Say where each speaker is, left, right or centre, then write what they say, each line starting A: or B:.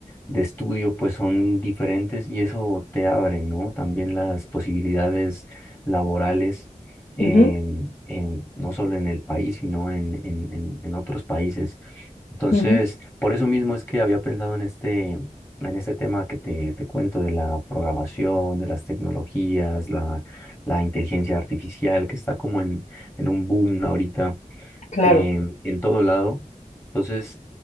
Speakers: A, on the left (about 15°); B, on the left (about 65°).
A: de estudio pues son diferentes y eso te abre, ¿no? También las posibilidades laborales, en-
B: Ujú,
A: en- no solo en el país, sino en, en, en- en otros países. Entonces,
B: ujú,
A: por eso mismo es que había pensado en este, en este tema que te, te cuento de la programación, de las tecnologías, la, la inteligencia artificial que está como en, en un boom ahorita
B: claro,
A: em, en todo lado. Entonces,